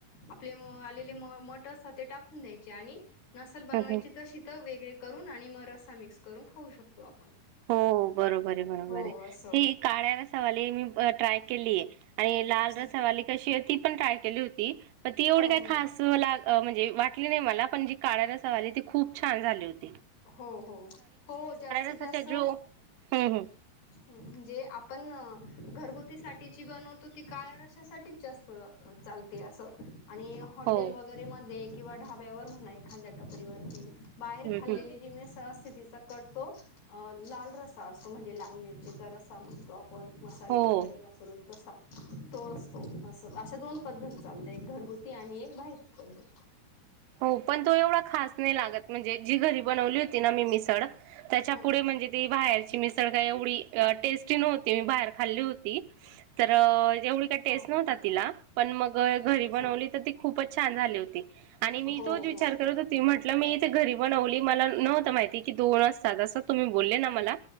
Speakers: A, on the left (about 70°); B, on the right (about 80°).
A: आपले आलेले म मट असत ते टाकून द्यायचे आणि नसल बनवायची
B: ह ह
A: तशी त वेगळे करून आणि मग रसा मिक्स करून खाऊ शकतो आपण.
B: हो बरोबर आहे बरोबर
A: हो
B: आहे
A: असं.
B: ही काला रस्सा वाले मी ट्राय केलीय. आणि लाल
A: अच्छा
B: रसावाली
A: अच्छा.
B: कशी ती पण ट्राय केली होती मग ती एवढी
A: हो
B: काय
A: हो
B: खास लाग अ म्हणजे वाटली नाही मला पण जी काळ्या रस्सावाली ती खूप छान झाले होत
A: हो हो हो जास्तीत
B: रसाचा
A: जास्त सो
B: जो हम्म हम्म
A: हं म्हणजे आपण घरगुती साठी जी बनवतो ती काळ रशासाठीच जास्त चालते असं आणि हॉटेल
B: हो
A: वगैरे मध्ये किंवा ढाब्यावर म्हणा एखांद्या टपरीवरती
B: हम्म
A: खाल्लेली
B: हम्म
A: जीं मिसळ असते तीच स करतो अ लाल रसा अस तो म्हणजे लाल मिरचीचा रसा म्हणतो आप पण मसाले
B: हो
A: वगैरे वापरून तसा तो असतो असं अशा दोन पद्धत चालत एक घरगुती आणि एक बाहेरची पद्धत.
B: हो पण तो एवढा खास नाही लागत म्हणजे जी घरी बनवली होती ना मी मिसळ त्याच्या
A: हो
B: पुढे
A: हो
B: म्हणजे ती बाहेरची मिस त काय एवढी टेस्टी नव्हती मी बाहेर खाल्ली होती <unintelligible> एवढी काही टेस्ट
A: हो
B: नव्हता
A: हो
B: तिला पण मग घरी
A: अच्छा
B: बनवली तर ती खूपच छान झाली होती. की मी
A: हो
B: तोच विचार
A: हो
B: करत होती म्हटलं मी इथे घरी बनवली मला नव्हत माहित की दोनज सात तुम्ही बोलले ना मला